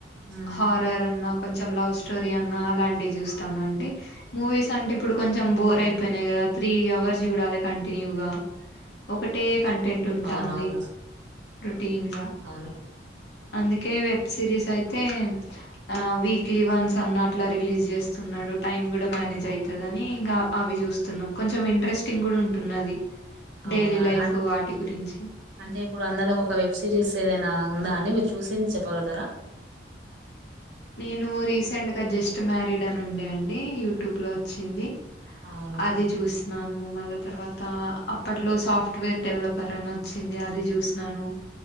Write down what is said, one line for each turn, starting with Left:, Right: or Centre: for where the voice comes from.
Right: ఉమ్
Left: హారర్ అన్నా కొంచెం లవ్ స్టోరీ అన్నా అలాంటివి చూస్తాను అండి మూవీస్ అంటే ఇప్పుడు కొంచెం బోర్
Right: అవును
Left: అయిపోయినాయి కదా త్రీ అవర్స్ చూడాలి కంటిన్యూగా ఒకటే కంటెంట్ ఉంటాంది
Right: అవునవును
Left: టీన్గా
Right: అవును
Left: అందుకే వెబ్ సిరీస్ అయితే ఆ వీక్లీ వన్స్ అన్నా అట్లా రిలీజ్ చేస్తున్నాడు టైమ్ కూడా మేనేజ్ అయితదని ఇంకా అవి చూస్తున్నాం కొంచెం ఇంట్రెస్టింగ్ కూడా ఉంటున్నది
Right: అవునా
Left: డైలీ లైఫ్
Right: అన్
Left: వాటి గురించి
Right: అంటే ఇప్పుడు అందాదా ఒక వెబ్ సిరీస్ ఏదైనా ఉందా అండి మీరు చూసింది చెప్పగలుగుతరా
Left: నేను రీసెంట్ గా జస్ట్ మ్యారీడ్ అని ఉండే అండి యూట్యూబ్ లో వచ్చింది
Right: అవునా
Left: అది చూసినాను మళ్ళా తర్వాత అప్పట్లో సాఫ్ట్వేర్ డెవలపర్ అని వచ్చింది అది చూసినాను